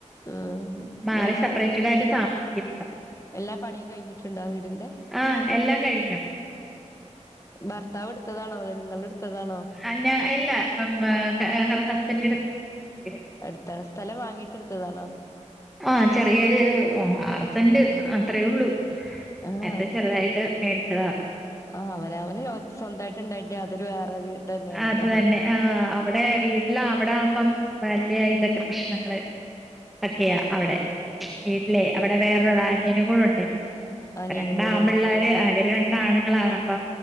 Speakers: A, on the left; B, in the centre.
A: ആഹ്
B: മാറി
A: നല്ല
B: സപ്പറേറ്റ്. കടായിട്ട് താമസിക്കുന്നത്.
A: എല്ലാ പണിയും കഴിഞ്ഞിട്ടുണ്ടാ വീടിന്റെ.
B: ആഹ്, എല്ലാം കഴിഞ്ഞു.
A: ഭർത്താവ് എടുത്ത താണോ? അതോ നിങ്ങള് എടുത്ത താണോ?
B: ആഹ്, ഞാൻ ഇല്ലാ ബ ബാ ഹസ്ബൻഡ എടുത്തതാണ് വീട്.
A: അടുത്താണ്, സ്ഥലം വാങ്ങിട്ട് എടുത്തതാണോ?
B: ആഹ്, ചെറിയൊരു ആറ് സെന്റ് അത്രേള്ളു
A: ആഹ്
B: അത്തെ ചെറുതായിട്ട്. മേടിച്ചതാ.
A: ആഹ്, അവന അവന് യൊ സ്വന്തമായിട്ട് ഇണ്ടായിട്ട് അതൊരു വേറൊരു ഇത് തന്നെയാണല്ലോ
B: അത് തന്നെ, ആഹ് അവിടെ വീട്ടില അവിടെ ആകുമ്പം വല്ല്യ ഇതൊക്കെ പ്രശ്നങ്ങള്. ഒക്കെയാ, അവിടെ വീട്ടിലെ, അവിടെ വേറൊട അനിയനും കൂടെ ഉണ്ട്. അപ്പ
A: അനിയനും
B: രണ്ടാമ്പിള്ളേര്.
A: കൂടെ ഉണ്ട്
B: അവര് രണ്ടാണുങ്ങളാണ്. അപ്പ